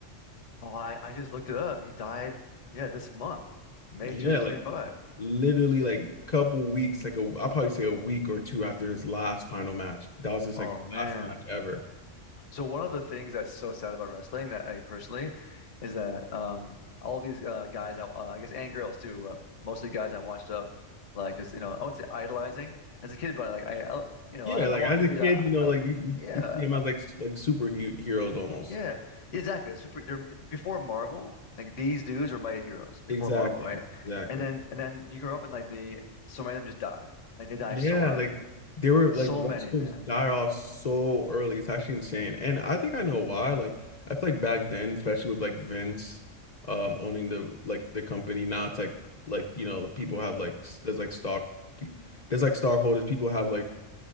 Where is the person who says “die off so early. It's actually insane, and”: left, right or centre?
Left